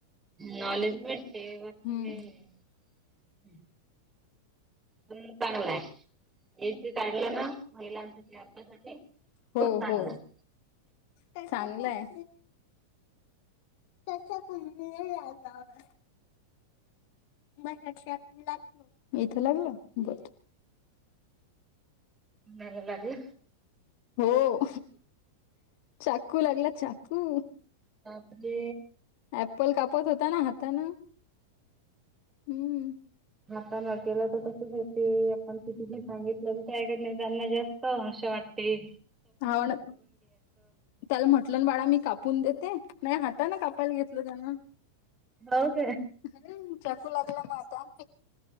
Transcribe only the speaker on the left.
हम्म
हो
हो
चांगलंय. त्याच्यात <unintelligible> मला <unintelligible> इथं लागल ब
हो चाकू लागला चाकू.
ॲप्पल कापत होता ना हातान हम्म.
ह त्याला म्हटलं ना बाळा मी कापून दे ते नाही हातान कापायला घेतलं त्याना.
हम् चाकू लागला मग आता.